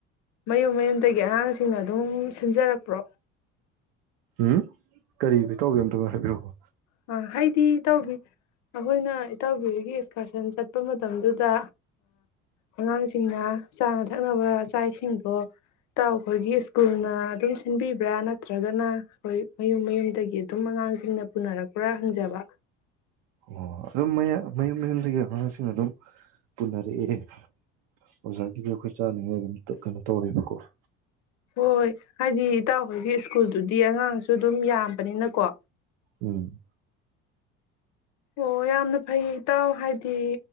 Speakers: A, on the left (about 65°); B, on the right (about 80°).
A: ꯃꯌꯨꯝ ꯃꯌꯨꯝꯗꯒꯤ ꯑꯉꯥꯡꯁꯤꯡꯅ ꯑꯗꯨꯝ ꯁꯤꯟꯖꯔꯛꯄ꯭ꯔꯣ
B: ꯎꯝ ꯀꯔꯤ ꯇꯧꯒꯦ ꯑꯝꯇꯅꯣ ꯍꯥꯏꯕꯤꯔꯛꯕꯣ
A: ꯑ ꯍꯥꯏꯗꯤ ꯏꯇꯥꯎꯕꯤ ꯑꯩꯈꯣꯏꯅ ꯏꯇꯥꯎꯕꯤꯒꯤ ꯑꯦꯛꯁꯀꯔꯁꯟ ꯆꯠꯄ ꯃꯇꯝꯗꯨꯗ ꯑꯉꯥꯡꯁꯤꯡꯅ ꯆꯥꯅ ꯊꯛꯅꯕ ꯆꯥꯛ ꯏꯁꯤꯡꯗꯣ ꯇ ꯑꯩꯈꯣꯏꯒꯤ ꯁ꯭ꯀꯨꯜꯅ ꯑꯗꯨꯝ ꯁꯤꯟꯕꯤꯕ꯭ꯔꯥ ꯅꯠꯇ꯭ꯔꯒꯅ ꯑꯩꯈꯣꯏ ꯃꯌꯨꯝ ꯃꯌꯨꯝꯗꯒꯤ ꯑꯗꯨꯝ ꯑꯉꯥꯡꯁꯤꯡꯅ ꯄꯨꯅꯔꯛꯄ ꯄꯨꯔꯥ ꯍꯪꯖꯕ
B: ꯑꯣ ꯑꯗꯨꯝ ꯃ ꯃꯌꯨꯝ ꯃꯌꯨꯝꯗꯒꯤ ꯑꯉꯥꯡꯁꯤꯡ ꯑꯗꯨꯝ ꯄꯨꯟꯅ ꯍꯧꯛ ꯑꯦ ꯑꯣꯖꯥꯒꯤꯗꯤ ꯑꯩꯈꯣꯏ ꯆꯥꯅꯤꯡꯉꯥꯏ ꯑꯗꯨꯝ ꯀꯩꯅꯣ ꯇꯧꯦꯕꯀꯣ <unintelligible>
A: ꯍꯣꯏ ꯍꯣꯏ ꯍꯥꯏꯗꯤ ꯏꯇꯥꯎꯍꯣꯏꯒꯤ ꯁ꯭ꯀꯨꯜꯗꯨꯗꯤ ꯑꯉꯥꯡꯁꯨ ꯑꯗꯨꯝ ꯌꯥꯝꯕꯅꯤꯅꯀꯣ
B: ꯎꯝ
A: ꯑꯣ ꯌꯥꯝꯅ ꯐꯩ ꯏꯇꯥꯎ ꯍꯥꯏꯗꯤ